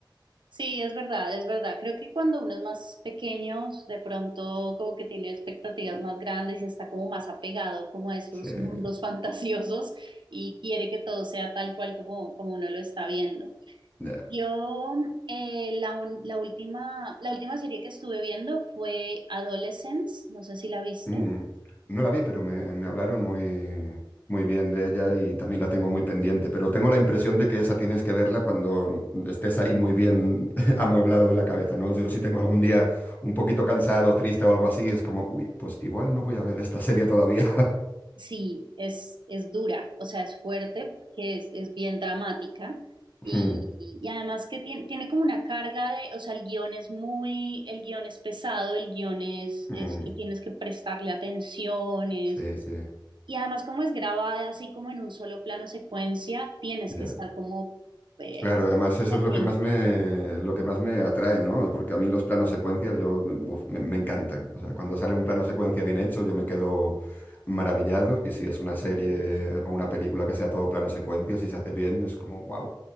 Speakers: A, on the right (about 70°); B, on the left (about 20°).
A: Sí, es verdad, es verdad. Creo que cuando uno es más pequeño, de pronto como que tiene expectativas más grandes y está como más apegado como a esos
B: <laughs>
A: mundos
B: Sí,
A: <laughs> fantasiosos y quiere que todo sea tal cual como, como uno lo está viendo.
B: ya.
A: Yo eh, la, un- la última, la última serie que estuve viendo fue Adolescence, no sé si la viste.
B: Mm, no la vi, pero me, me hablaron muy, muy bien de ella y también la tengo muy pendiente. Pero tengo la impresión de que esa tienes que verla cuando estés ahí muy bien <laughs> amueblado de la cabeza, ¿no? Yo si tengo algún día un poquito cansado, triste o algo así, es como, uy, pues igual no voy a ver esta serie todavía.
A: Sí, es, es dura, o sea, es fuerte porque es, es bien dramática y,
B: <laughs> Mm,
A: y además que tiene, tiene como una carga de, o sea, el guión es muy, el guión es pesado, el guión es,
B: mm,
A: es que tienes que prestarle atención, es-
B: sí, sí,
A: y además como es grabada así como en un solo plano secuencia, tienes
B: ya.
A: que estar como eh,
B: Claro, además eso
A: atento,
B: es lo que más me, lo que más me atrae, ¿no? Porque a mí los planos secuencia yo, uf, me, me encantan. O sea, cuando sale un plano secuencia bien hecho, yo me quedo maravillado. Y si es una serie o una película que sea todo plano secuencia, si se hace bien, es como wow.